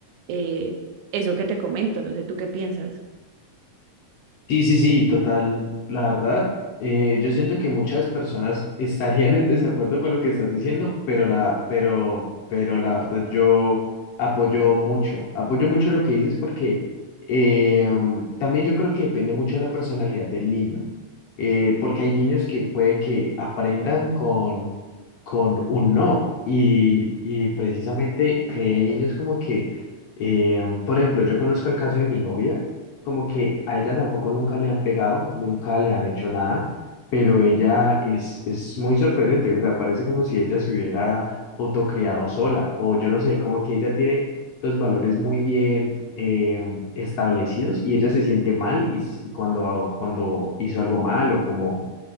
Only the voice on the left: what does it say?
Sí, sí, sí, total. La verdad, eh, yo siento que muchas personas estarían en desacuerdo con lo que estás diciendo, pero la, pero, pero la verdad yo apoyo mucho, apoyo mucho lo que dices porque eh, mm, también yo creo que depende mucho de la personalidad del niño, eh, porque hay niños que puede que aprendan con, con un no y, y precisamente eh, hay niños como que, eh, por ejemplo, yo conozco el caso de mi novia como que a ella tampoco nunca le han pegado, nunca le han hecho nada, pero ella es, es muy sorprendente, o sea, parece como si ella se hubiera autocriado sola, o yo no sé, como que ella tiene los valores muy bien eh, establecidos y ella se siente mal y s- cuando, cuando hizo algo mal o como,